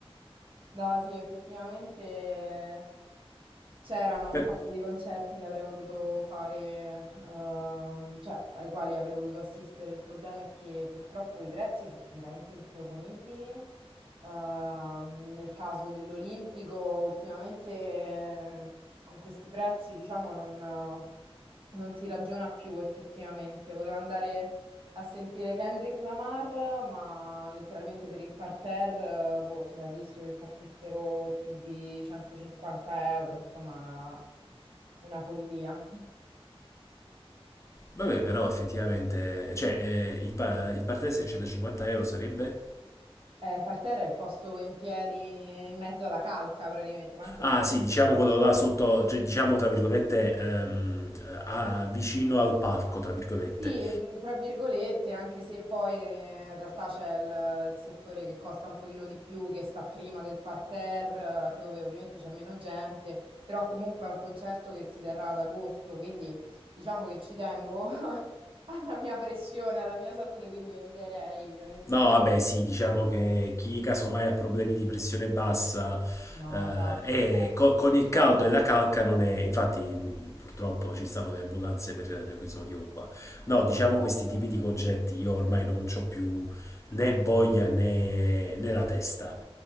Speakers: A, on the right; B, on the left.
A: No, sì, effettivamente C'erano un
B: Beh,
A: paio di concerti che avrei voluto fare, ehm, cioè ai quali avrei voluto assistere. Il problema è che purtroppo i prezzi sono veramente improponibili. Ehm, nel caso dell'Olimpico, ultimamente eh, con questi prezzi, diciamo, non, non si ragiona più effettivamente. Volevo andare a sentire Kendrick Lamar, ma letteralmente per il parterre, eh, boh, c'era il rischio che partissero più di 150 euro, insomma, una, una follia.
B: Vabbè, però effettivamente, cioè, eh, il, pa- il partenza a 150 euro sarebbe?
A: Eh, parterre è il posto in piedi in mezzo alla calca, praticamente, manco il
B: Ah,
A: posto
B: sì,
A: per
B: diciamo quello
A: sedere.
B: là sotto, cioè, diciamo tra virgolette, ehm, eh, a- vicino al parco, tra virgolette.
A: Sì, mh, tra virgolette, anche se poi eh, in realtà c'è il, il settore che costa un pochino di più, che sta prima del parterre, eh, dove ovviamente c'è meno gente, però comunque è un concerto che si terrà ad agosto, quindi diciamo che ci tengo <laughs> alla mia pressione, alla mia salute, quindi eviterei onestamente.
B: No, vabbè, sì, diciamo che chi casomai ha problemi di pressione bassa
A: No,
B: eh,
A: esatto, infatti.
B: e co- con il caldo e la calca non è, infatti mh, purtroppo ci stanno le ambulanze per, per questo motivo qua. No, diciamo
A: esatto.
B: questi tipi di
A: <laughs>
B: concetti io ormai non ho più né voglia né, né la testa.